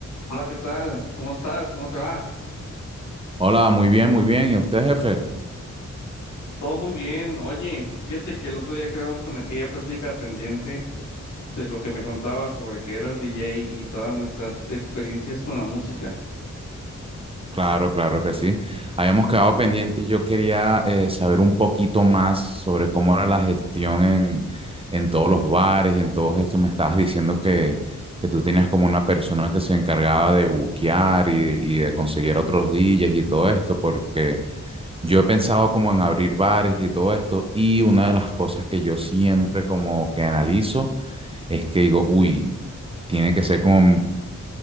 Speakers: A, on the left (about 75°); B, on the right (about 20°).
A: Hola, ¿qué tal? ¿Cómo estás? ¿Cómo te va?
B: Hola, muy bien, muy bien. ¿Y usted, jefe?
A: Todo muy bien. Oye, fíjate que el otro día quedamos con aquella plática pendiente de lo que me contabas sobre que eras DJ y todas nuestras experiencias con la música.
B: Claro, claro que sí. Habíamos quedado pendiente. Yo quería eh, saber un poquito más sobre cómo era la gestión en, en todos los bares y en todo esto. Me estabas diciendo que, que tú tenías como una persona que se encargaba de buquear y, y de conseguir otros DJs y todo esto, porque yo he pensado como en abrir bares y todo esto. Y una de las cosas que yo siempre como que analizo es que digo, uy, tiene que ser como